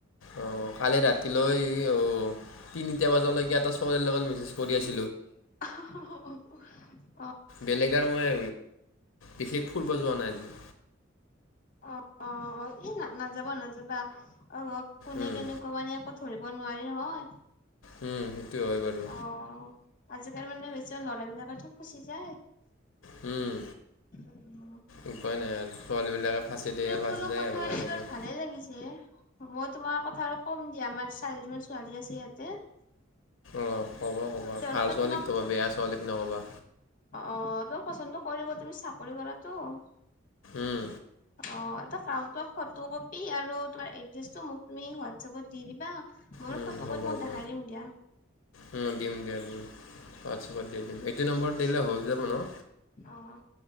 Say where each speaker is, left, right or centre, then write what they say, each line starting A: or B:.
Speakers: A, on the left (about 75°); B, on the left (about 40°).
A: অ' কালি ৰাতিলৈ অ' তিনিটা বজালৈকে এটা ছোৱালী লগত মেচেজ কৰি আছিল।
B: <unintelligible>
A: বেলেগ আৰু মই বিশেষ ফুৰিব যোৱা নাই আজি।
B: অ' অ' অ' ই না নাযবা নাযাবা আহ কোনে
A: উম,
B: কেনেকুৱা মানে ক'ত ধৰিব নোৱাৰি নহয়।
A: উম। হয় বাৰু।
B: অ', আজিকালি মানে বেছি ল'ৰাবিলাকেটো ফুচি যায়।
A: উম
B: উম
A: উপাই নাই আৰু ছোৱালীবিলাকে ফাচে দিয়ে আৰু
B: তোমাৰ
A: ফাচি
B: লগত
A: যায়
B: কথা
A: আৰু
B: পাতি
A: এনেকে।
B: বাৰু ভালে লাগিছে মই তোমাৰ কথা আৰু ক'ম দিয়া আমাৰ চাৰিজনমান ছোৱালী আছে ইয়াতে।
A: অঁ ক'বা ক'বা
B: তেওঁলোকে
A: ভাল ছোৱালীক
B: তোমাক
A: ক'বা বেয়া ছোৱালীক নক'বা
B: অ', তই পচন্দ কৰিব তুমি চাকৰি কৰাটো। অ',
A: উম।
B: এটা পাম ত' ফটো কপি আৰু তোমাৰ এড্ৰেছটো মোক তুমি হোৱাটছএপত দি দিবা। মই
A: উম,
B: ফটো
A: হ'ব
B: কৰি তোমাক
A: হ'ব
B: দেখাই দিম দিয়া।
A: উম, দিম দিয়া দিম হোৱাটছএপত দি দিম, এটো নম্বৰত দিলে হৈ যাব ন'।
B: অ',